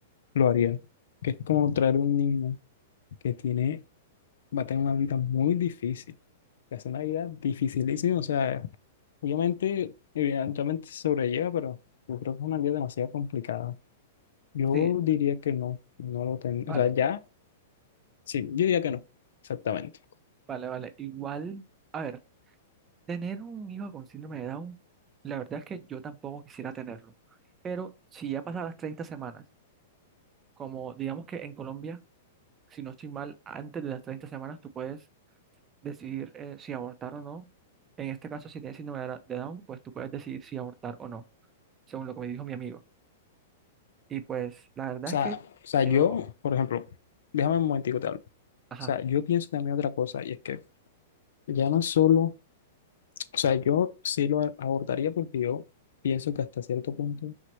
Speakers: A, on the left (about 75°); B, on the right (about 25°).
A: lo haría. Que es como traer un niño que tiene, va a tener una vida muy difícil. que Es una vida dificilísima. O sea, obviamente, evidentemente se sobrelleva, pero yo creo que es una vida demasiado complicada. Yo
B: sí,
A: diría que no, no lo tengo.
B: vale,
A: O sea, ya. Sí, yo diría que no, exactamente. O
B: vale, vale. Igual, a ver. Tener un hijo con síndrome de Down, la verdad es que yo tampoco quisiera tenerlo. Pero si ya pasan las 30 semanas, como digamos que en Colombia, si no estoy mal, antes de las 30 semanas tú puedes decidir eh, si abortar o no. En este caso, si tienes síndrome de Da- de Down, pues tú puedes decidir si abortar o no, según lo que me dijo mi amigo. Y pues la verdad
A: sea,
B: es que
A: o sea,
B: yo,
A: yo, por ejemplo, déjame un momentico te hablo. O
B: ajá,
A: sea, yo pienso también otra cosa y es que ya no solo, o sea, yo sí lo a- abortaría porque yo pienso que hasta cierto punto